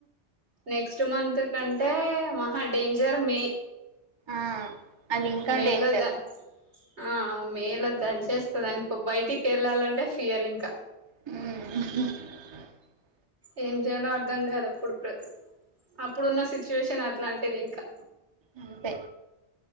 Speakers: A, on the right; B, on the right.
A: నెక్స్ట్ మంత్ కంటే మహా డేంజర్ మే
B: ఆ అదింకా
A: మేలో
B: డేంజర్
A: ద ఆ మేల దంచేస్తదానికో బయటికి ఎళ్ళాలంటే ఫియర్ ఇంకా
B: హ్మ్
A: ఏం చేయాలో అర్థం కాదు అప్పుడు ప్ర అప్పుడున్న సిచ్యువేషన్ అట్లాంటిది ఇంకా
B: అంతే